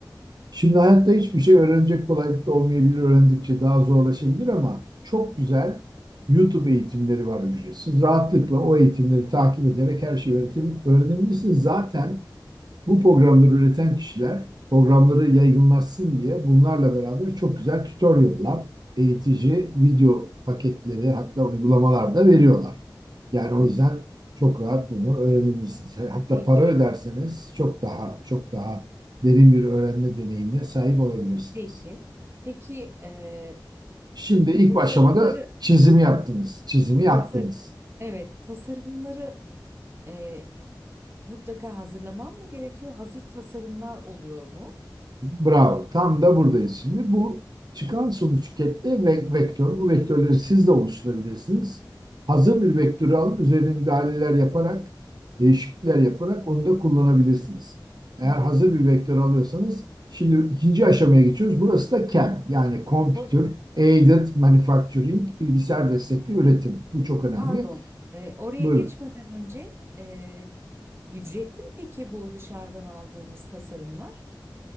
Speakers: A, on the right; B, on the right.
A: Şimdi hayatta hiçbir şey öğrenecek kolaylıkta olmayabilir. Öğrendikçe daha zorlaşabilir ama çok güzel YouTube eğitimleri var ücretsiz. Rahatlıkla o eğitimleri takip ederek her şeyi öğrenebilirsiniz. Zaten Bu programları üreten kişiler programları yaygınlaşsın diye bunlarla beraber çok güzel tutorial'lar, eğitici video paketleri hatta uygulamalar da veriyorlar. Yani o yüzden çok rahat bunu öğrenebilirsiniz. Hatta
B: Peki,
A: para öderseniz çok daha çok daha derin bir öğrenme deneyimine sahip olabilirsiniz.
B: peki. Peki e,
A: Şimdi ilk
B: tasarımları
A: aşamada çizimi yaptınız, çizimi yaptınız.
B: tasar evet tasarımları e, mutlaka hazırlamam mı gerekiyor? Hazır tasarımlar oluyor mu?
A: Bravo. Tam da buradayız şimdi. Bu çıkan sonuç kette ve vektör. Bu vektörleri siz de oluşturabilirsiniz. Hazır bir vektörü alıp üzerine müdahaleler yaparak, değişiklikler yaparak onu da kullanabilirsiniz. Eğer
B: Hmm.
A: hazır bir vektör alıyorsanız şimdi ikinci aşamaya geçiyoruz. Burası da CAM yani Computer
B: Sor-
A: Aided Manufacturing, bilgisayar destekli üretim. Bu çok önemli.
B: Pardon, e, oraya
A: Buyurun.
B: geçmeden önce e, ücretli mi peki bu dışarıdan aldığımız tasarımlar?